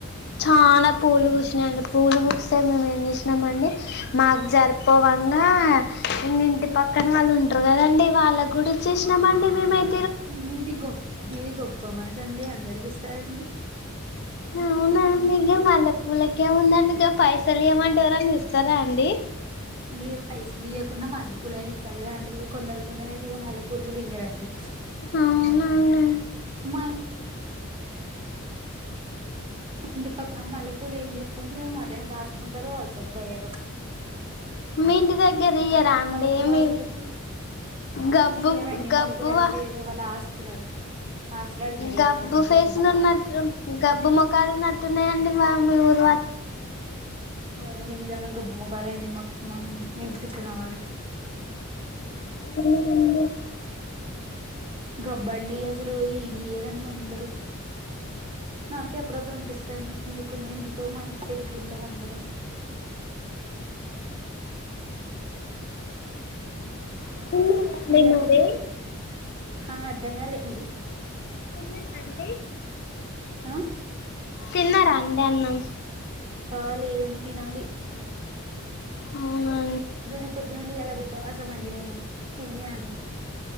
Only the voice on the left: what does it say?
చాన పూలు
పూసినయండి పూలుపూస్తే మేము ఏం చేసినామండి మాకు జరిపోవంగా ఇ ఇంటి పక్కన వాళ్ళు ఉంటారు కదండి వాళ్ళ కూడా చేసినమండి మేమయి
అవునాండి ఇగ మల్లె పూలకేముందండి గ పైసలు ఇయమంటే ఎవరన్న ఇస్తార అండి
అవునాండి
మి ఇంటి దగ్గర ఇయరాండి
ఏమీ
గబ్బు
గబ్బువా
గబ్బు
ఫేసులున్నట్లు
గబ్బు ముఖాలు ఉన్నట్టున్నాయండి బా మీ ఊరు వా
<inaudible>
ఉన్నాయండి
మరి
తిన్నారా అండి
తిన్నారా అండి అన్నం
అవునా